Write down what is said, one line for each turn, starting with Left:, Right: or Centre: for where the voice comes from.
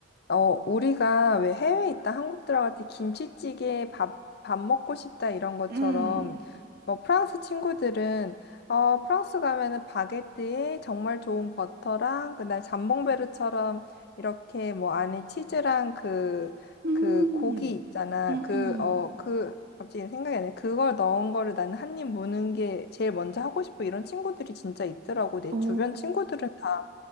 Left: 어 우리가 왜 해외에 있다 한국 들어갈 때 김치찌개 밥 밥 먹고 싶다 이런 것처럼
Right: 음,
Left: 어 프랑스 친구들은 어 프랑스 가면은 바게트에 정말 좋은 버터랑 그날 잠봉베르처럼 이렇게 뭐 안에 치즈랑 그
Right: 음,
Left: 그 고기 있잖아
Right: 음,
Left: 그
Right: 음.
Left: 어 그 갑자기 생각이 안 나. 그걸 넣은 거를 나는 한 입 무는 게 제일 먼저 하고 싶어. 이런 친구들이 진짜 있더라고. 내
Right: 오.
Left: 주변 친구들은 다